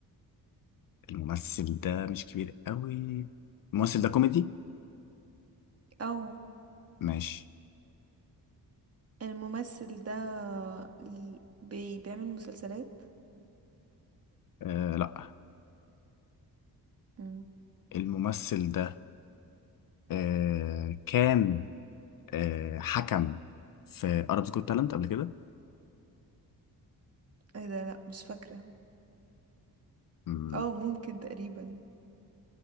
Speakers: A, on the left; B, on the right.
A: الممثل ده مش كبير قوي الممثل ده كوميدي
B: او
A: ماشي
B: الممثل ده ال- بي بيعمل مسلسلات
A: آه لا
B: مم.
A: الممثل ده آه كان آه حكم في Arabs Got Talent قبل كده
B: ايه ده لا مش فاكرة
A: مم،
B: او ممكن تقريبا